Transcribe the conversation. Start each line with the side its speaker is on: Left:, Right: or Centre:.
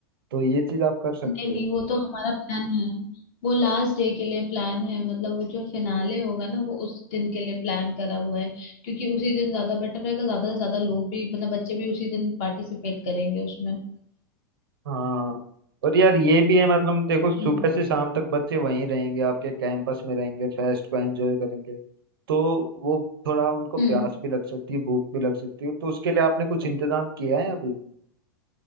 Right: तो ये चीज आप कर सकते
Left: नहीं
Right: हो
Left: नहीं वो तो हमारा प्लान है वो लास्ट डे के लिए प्लान है मतलब वो जो फिनाले होगा ना वो उस दिन के लिए प्लान करा हुआ है क्योंकि उसी दिन ज्यादा बेटर रहेगा ज्यादा से ज्यादा लोग भी मतलब बच्चे भी उसी दिन पार्टिसिपेट करेंगे उसमें
Right: हाँ और यार ये भी है मतलब देखो सुबह
Left: हम्म
Right: से शाम तक बच्चे वहीं रहेंगे आपके कैंपस में रहेंगे फेस्ट को एंजॉय करेंगे तो वो थोड़ा उनको प्यास
Left: हम्म
Right: भी लग सकती है भूख भी लग सकती है तो उसके लिए आपने कुछ इंतजाम किया है अभी